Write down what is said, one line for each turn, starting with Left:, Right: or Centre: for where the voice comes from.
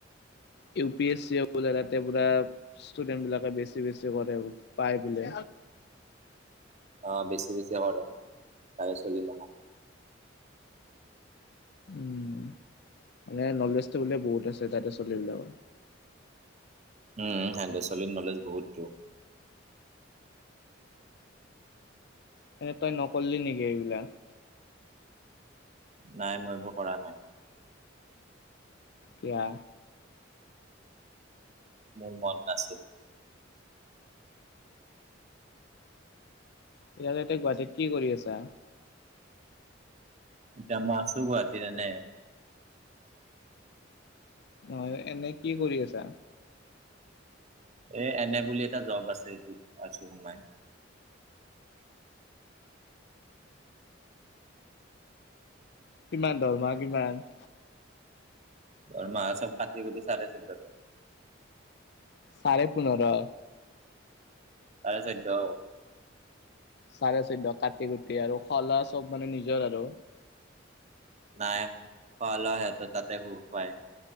Left: ইউ পি এছ চিওতে পুৰা ষ্টুডেন্ট বিলাকে বেছি বেছি কৰে পায় বোলে।
Right: অ বেছি বেছি কৰে তাৰে ছোৱালী।
Left: উম মানে নলেজটো বোলে বহুত আছে তাতে ছোৱালীবিলাকৰ।
Right: উম উ উ, হেন্দু ছোৱালীৰ নলেজ বহুততো।
Left: মানে তই নকৰলি নেকি এইবিলাক।
Right: নাই মই এইবোৰ কৰা নাই।
Left: কিয়া?
Right: মোৰ মন নাছিল।
Left: তেতিয়াহ'লে তয় গুৱাহাটীত কি কৰি আছা?
Right: এতিয়া মই আছো গুৱাহাটীত এনেই।
Left: নহয়, এনে কি কৰি আছা?
Right: এ এনে বুলি এটা জব আছে এইটোত আছো সোমাই।
Left: কিমান দৰমহা কিমান?
Right: <unintelligible>
Left: চাৰে পোন্ধৰ।
Right: চাৰে চৈধ্য।
Left: চাৰে চৈধ্য কাটি কুটি আৰু খলা চব মানে নিজৰ আৰু
Right: নাই পাল হ ত তাতে হ পাই।